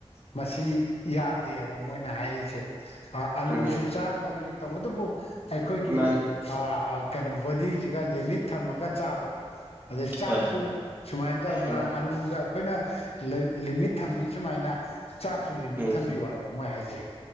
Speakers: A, on the left; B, on the right.
A: ꯃꯁꯤ ꯌꯥꯗꯦꯕ ꯃꯣꯏꯅ ꯍꯥꯏꯔꯤꯁꯦ ꯑ ꯑꯂꯨꯁꯨ
B: ꯎꯝ
A: ꯆꯥꯒꯗꯕꯅꯤ ꯇꯧꯕꯗꯕꯨ ꯑꯩꯈꯣꯏꯒꯤ
B: ꯃꯥꯅꯤ
A: ꯑꯥ ꯀꯩꯅꯣ ꯕꯣꯗꯤꯖꯤꯒ ꯂꯤꯃꯤꯠ ꯊꯝꯃꯒ ꯆꯥꯕ ꯑꯗꯩ ꯆꯥꯛꯁꯨ
B: ꯍꯣꯏ
A: ꯁꯨꯃꯥꯏꯟ ꯇꯧꯗꯅ
B: ꯎꯝ
A: ꯑꯂꯨꯗ ꯑꯩꯈꯣꯏꯅ ꯂꯩ ꯂꯤꯃꯤꯠ ꯊꯝꯃꯤ ꯁꯨꯃꯥꯏꯅ ꯆꯥꯛꯁꯨ ꯂꯤꯃꯤꯠ
B: ꯎꯝ
A: ꯊꯝꯕꯤꯌꯣ ꯍꯥꯏꯕ ꯃꯣꯏ ꯍꯥꯏꯖꯩ